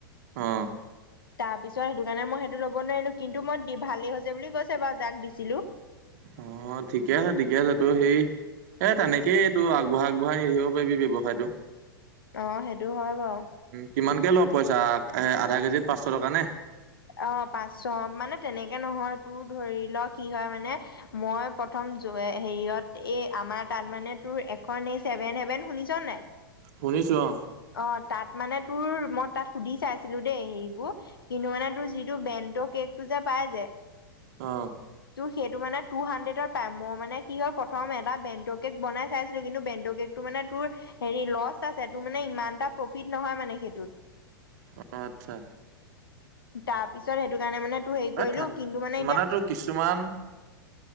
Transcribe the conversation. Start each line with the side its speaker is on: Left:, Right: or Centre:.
Right: অ
Left: তাৰ পিছত সেইটো কাৰণে মই সেইটো ল'ব নোৱাৰিলো কিন্তু মই ভালেই হৈছে বুলি কৈছে বাও যাক দিছিলো
Right: অ ঠিকে আছে ঠিকে আছে তোৰ সেই এ তেনেকেই এইটো আগবঢ়াই আগবঢ়াই নি থাকিব পাৰিবি ব্যৱসায়টো
Left: অ সেইটো হয় বাও
Right: কিমানকে ল পইচা আধা কেজিত পাঁচশ টকা নে
Left: অ পাঁচশ মানে তেনেকে নহয় তোৰ ধৰি লওক কি হয় মানে মই প্ৰথম হেৰিয়ত এই আমাৰ তাত মানে তোৰ এখন ছেভেন হেভেন শুনিছ নাই
Right: শুনিছো অ
Left: অ তাত মানে তোৰ মই তাত সুধি চাইছিলো দেই হেৰিবোৰ কিন্তু মানে তোৰ যিটো ব্ৰেণ্ড কেকটো যে পাই যে
Right: অ
Left: ত' সেইটো মানে টু হাড্ৰেডত পাই মই মানে কি হল প্ৰথম এটা বেণ্ট কেক বনাই চাইছিলো কিন্তু বেণ্ট কেক তোৰ মানে তোৰ হেৰি লছ আছে তোৰ মানে ইমান এটা প্ৰফিট নহয় মানে সেইটোত
Right: অ আচ্ছা
Left: তাৰপিছত সেইটো কাৰণে মানে তোৰ হেৰি
Right: এ
Left: কৰিলো
Right: থাক
Left: কিন্তু মানে এতিয়া
Right: কিছুমান